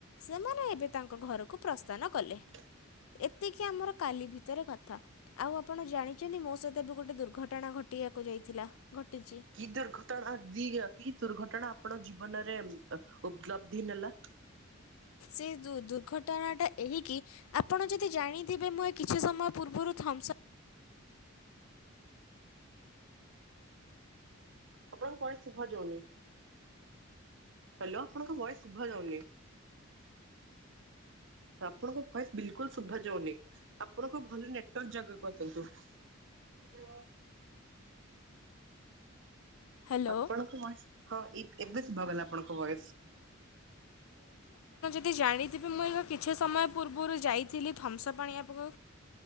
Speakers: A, on the left; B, on the right.
A: ସେମାନେ ଏବେ ତାଙ୍କ ଘରକୁ ପ୍ରସ୍ଥାନ କଲେ।
B: ଁ
A: ଏତିକି ଆମର କାଲି ଭିତରେ କଥା ଆଉ ଆପଣ ଜାଣିଚନ୍ତି ମୋ ସହିତ ଏବେ ଗୋଟେ ଦୁ ର୍ଘଟଣା ଘଟିବାକୁ ଯାଇଥିଲା। ଘଟିଛି।
B: କି ଦୁର୍ଘଟଣା ଦିଅ କି ଦୁର୍ଘଟଣା ଆପଣ ଜି ବନରେ ଉପଲବ୍ଧି ନେଲା।
A: ସେ ଦୁ-ଦୁର୍ଘଟଣା ଟା ଏହିକି ଆପଣ ଯଦି ଜାଣିଥିବେ ମୁଁ କିଛି ସମୟ ପୂର୍ବରୁ ଥମ୍ ସ
B: ଆପଣଙ୍କ ଭ‌ଏସ ଶୁଭାଯାଉନି। ହାଲୋ ଆପଣଙ୍କ ଭଏସ ଶୁଭା ଯାଉନି। ଆପଣଙ୍କ ଭଏସ ବିଲକୁଲ ଶୁଭା ଯାଉନି ଆପଣଙ୍କ ଭଲ ନେଟୱାର୍କ ଜାଗାକୁ ଆସନ୍ତୁ। Hello
A: hello.
B: ଆପଣଙ୍କ ଭଏସ ହଁ ଏ-ଏବେ ଶୁଭାଗଲା ଆପଣଙ୍କ ଭଏସ।
A: ଜାଣିଥିବି ମୁଁ ଏକ କିଛି ସମୟ ପୂର୍ବରୁ ଯାଇଥିଲି ଥମସପ୍ ଆଣୀବାକୁ।